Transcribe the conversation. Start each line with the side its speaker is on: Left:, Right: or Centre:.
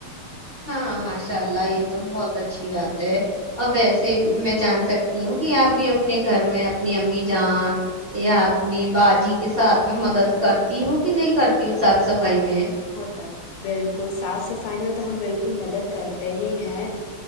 Right: ہاں ماشاء اللہ یہ تو بہت اچھی بات ہے اب ایسے میں جان سکتی ہوں کہ آپ بھی اپنے گھر میں اپنی امی جاں یا اپنی باجی کے ساتھ میں مدد کرتی ہوں کہ نہیں کرتی صاف صفائی میں
Left: بول گا بالکل صاف صفائی میں تو ہم بالکل مدد کرتے ہی ہیں